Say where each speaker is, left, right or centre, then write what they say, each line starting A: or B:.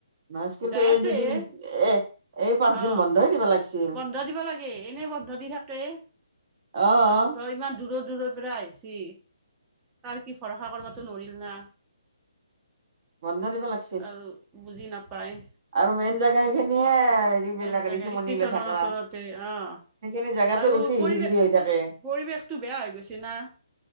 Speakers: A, on the right (about 50°); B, on the right (about 20°).
A: না স্কুলতো
B: যাই
A: এই
B: আছে
A: দুইদিন, এই এই পাঁচ
B: অ
A: দিন বন্ধয়ে দিবা লাগছিল।
B: বন্ধ দিব লাগে, এনেই বন্ধ দি থাকে
A: অ',
B: আৰু ধৰ ইমান দূৰৰ দূৰৰ পৰা আহি- চি কাৰ কি ভৰসা কৰিবটো নোৱাৰিম না।
A: বন্ধ দিব লাগ-
B: আৰু বুজি নাপায়।
A: আৰু মেইন জোগা সেইখিনিয়ে- হেৰিবিলাক
B: মেইন জেগা
A: ঋষিমুনিলে
B: ষ্টেশচনৰ
A: থাকা
B: ওচৰতে, অঁ'।
A: সেইখিনি জেগাতো
B: আৰু
A: বেছি হিবি
B: পৰিৱেশ,
A: জিবি হৈ থাকে
B: পৰিৱেশটো বেয়া হৈ গৈছে না।